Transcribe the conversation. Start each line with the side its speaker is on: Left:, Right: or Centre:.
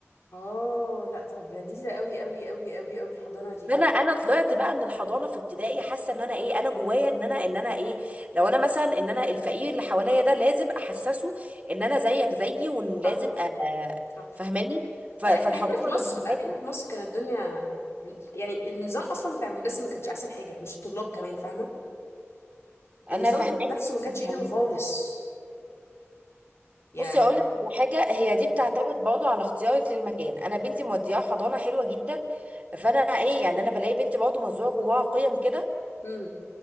Left: اه لا طب لذيذة قوي قوي قوي قوي قوي الحضانة دي
Right: ده انا انا طلعت بقى من الحضانه في ابتدائي حاسه ان انا ايه انا جوايا ان انا ان انا ايه لو انا مثلا ان انا الفقير اللي حواليا ده لازم احسسه ان انا زيك زيي وان لازم
Left: صح
Right: أ-
Left: صح
Right: فهماني ف-
Left: لا
Right: فالحضانه
Left: احنا هنا في مصر
Right: بالنسبه
Left: لا هنا
Right: لي
Left: في مصر كانت الدنيا يعني النظام أصلا بتاع المدرسة ما كانش أحسن حاجة مش الطلاب كمان فاهمة؟ النظام
Right: انا فهماني
Left: ذات نفسه ما كانش
Right: انا
Left: حلو
Right: فهماني
Left: خالص يعني
Right: بصي اقول لك على حاجه هي
Left: امم
Right: دي بتعتمد برضه على اختيارك للمكان انا بنتي مودياها حضانه حلوه جدا فانا ايه يعني انا بلاقي بنتي برضه مزروعه جواها قيم كده
Left: امم